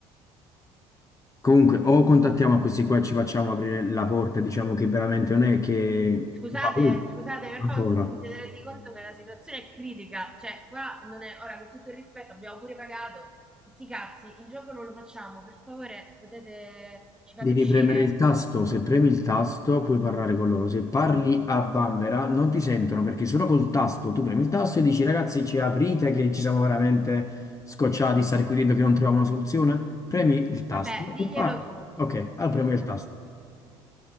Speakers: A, on the left; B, in the centre.
A: Comunque, o contattiamo questi qua e ci facciamo aprire la porta, diciamo che veramente non è che...
B: Scusate,
A: va- Uh,
B: scusate, per
A: ancora.
B: favore, non so se vi siete resi conto che la situazione è critica. Cioè, qua non è... Ora, con tutto il rispetto, abbiamo pure pagato. Sti cazzi, il gioco non lo facciamo. Per favore, potete... Ci
A: Devi
B: fate uscire?
A: premere il tasto, se premi il tasto puoi parlare con loro, se parli a vanvera non ti sentono perché solo col tasto tu premi il tasto e dici ragazzi ci aprite che ci siamo veramente scocciati di stare qui dentro che non troviamo una soluzione, premi il tasto
B: Vabbè, diglielo
A: e parli.
B: tu allora.
A: Ok,
B: Diglielo
A: allora premi il
B: tu.
A: tasto.